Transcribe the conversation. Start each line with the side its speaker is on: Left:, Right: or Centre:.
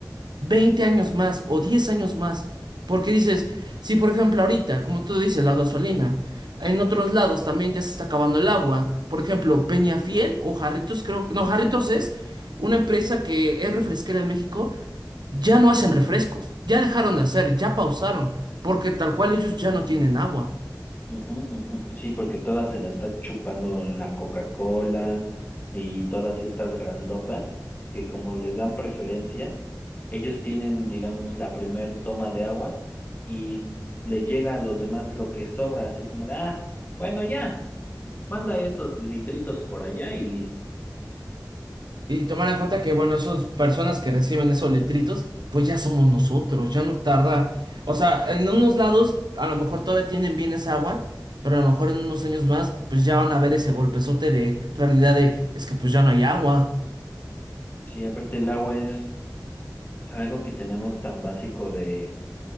Right: 20 años más o 10 años más. Porque dices, si por ejemplo ahorita, como tú dices, la gasolina, en otros lados también ya se está acabando el agua. Por ejemplo, Peñafiel o Jarritos, creo, no, Jarritos es una empresa que es refresquera en México, ya no hacen refrescos, ya dejaron de hacer, ya pausaron, porque tal cual ellos ya no tienen agua.
Left: Ujú, ujú. Sí, porque todas se la está chupando la Coca-Cola y todas estas grandotas que como les dan preferencia, ellos tienen, digamos, la primer toma de agua y le llega a los demás lo que sobra, así como de, ah, bueno, ya, manda esos litritos por allá y listo.
Right: Y tomar en cuenta que, bueno, esas personas que reciben esos litritos, pues ya somos nosotros, ya no tarda. O sea, en unos lados a lo mejor todavía tienen bien esa agua, pero a lo mejor en unos años más, pues ya van a ver ese golpezote de realidad de, es que pues ya no hay agua.
Left: Sí, aparte el agua es algo que tenemos tan básico de